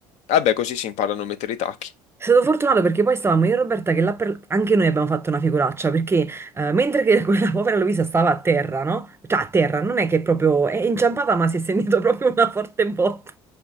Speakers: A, on the left; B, on the right.
A: Vabbè, così si imparano a mettere i tacchi.
B: È stato fortunato perché poi stavamo io e Roberta che là per... anche noi abbiamo fatto una figuraccia perché eh, mentre che <laughs> quella povera Luisa stava a terra, no? Cioè a terra, non è che proprio è inciampata ma si è sentito <laughs> proprio una forte botta.